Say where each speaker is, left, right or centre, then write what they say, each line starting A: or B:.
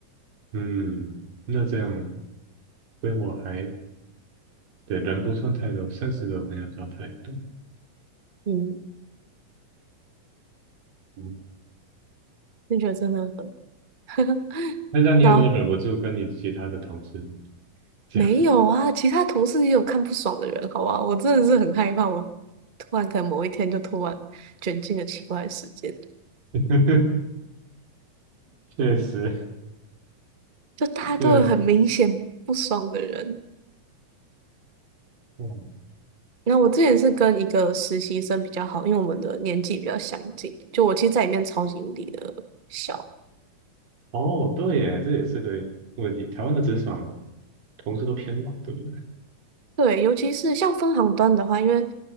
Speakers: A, on the right; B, on the right.
A: 嗯，那这样规模还对，人不算太多，三十个人也不算太多。
B: 嗯，
A: 嗯，
B: 那觉得真的很 <laughs>
A: 那这样你有没有忍不住跟你其他的同事
B: 那
A: 讲？
B: 没有啊，其他同事也有看不爽的人，好吧？我真的是很害怕，我突然可能某一天就突然卷进了奇怪的事件，
A: <laughs> 确实，
B: 就大家都有很明显不爽的人。
A: 对，嗯，
B: 那我之前是跟一个实习生比较好，因为我们的年纪比较相近。就我其实在里面超级无敌的小，
A: 哦，对耶，这也是个问题。台湾的职场。同事都偏老，对不对？
B: 对，尤其是像分行端的话，因为